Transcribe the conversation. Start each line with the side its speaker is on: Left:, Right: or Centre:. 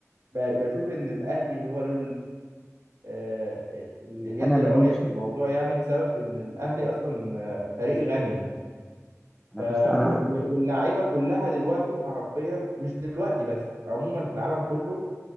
Right: ب... بشوف ان الاهلي هو له آه، آه، اليد
Centre: انا ملومش
Right: العليا في الموضوع يعني بسبب ان الاهلي اصلا آه، فريق غني يعني.
Centre: انا
Right: ف و-
Centre: بص انا
Right: و- واللعيبه كلها دلوقتي حرفيا مش دلوقتي بس عموما في العالم كله